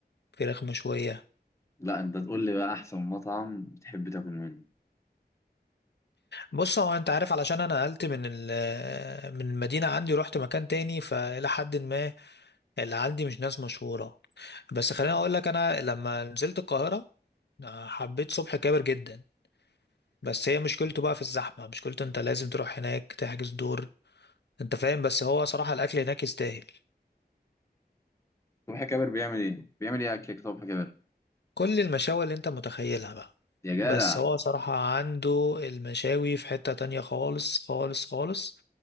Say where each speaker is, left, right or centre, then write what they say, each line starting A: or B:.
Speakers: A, on the left; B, on the left.
A: فراخ مشويه
B: لا أنت تقول لي بقى أحسن مطعم تحب تاكل منه
A: بص هو انت عارف علشان انا نقلت من ال من المدينه عندي ورحت مكان تاني فالى حد ما اللي عندي مش ناس مشهورة بس خليني اقول لك انا لما نزلت القاهرة آه، حبيت صبح كابر جدا بس هي مشكلته بقى في الزحمة مشكلته انت لازم تروح هناك تحجز دور انت فاهم بس هو صراحة الاكل هناك يستاهل
B: صبحي كابر بيعمل ايه؟ بيعمل ايه اكلك صبحي كابر؟
A: كل المشاوي اللي انت متخيلها بقى
B: يا جدع
A: بس هو صراحة عنده المشاوي في حتة تانية خالص خالص خالص